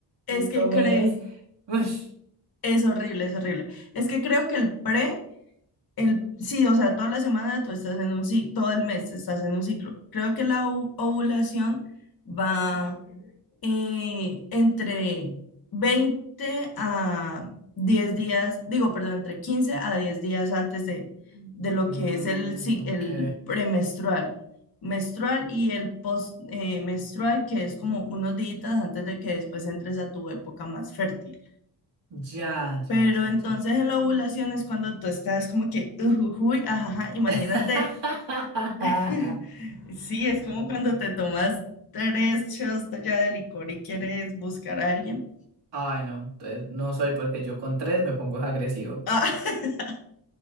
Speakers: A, on the left; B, on the right.
A: es
B: maldito
A: que
B: mes.
A: cree,
B: Ush.
A: es horrible, es horrible. Es que creo que el pre, el sí, o sea, toda la semana tú estás en un ciclo, todo el mes estás en un ciclo. Creo que la o- ovulación va eh, entre veinte a diez días, digo, perdón, entre 15 a 10 días antes de, de lo
B: Mm,
A: que es el, si-
B: ok.
A: el premenstrual, menstrual y el postmenstrual, que es como unos días antes de que después entres a tu época más fértil.
B: Ya,
A: Pero
B: ya, ya,
A: entonces
B: ya.
A: en la ovulación es cuando tú estás como que, ujujuy, ajaja, imagínate.
B: <laughs>
A: <laughs> Sí, es como cuando te tomas tres shots de- ya de licor y quieres buscar a alguien.
B: Ay, no, entonces no soy porque yo con tres me pongo agresivo.
A: Ah, <laughs>